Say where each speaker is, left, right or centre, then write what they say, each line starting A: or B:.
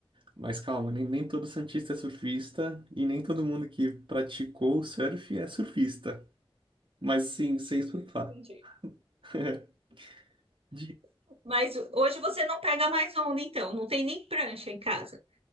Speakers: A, on the right; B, on the right.
A: Mas calma, nem, nem todo santista é surfista e nem todo mundo que praticou o surf é surfista. Mas sim, sei surfar.
B: Entendi.
A: <laughs> De-
B: Mas hoje você não pega mais onda, então, não tem nem prancha em casa.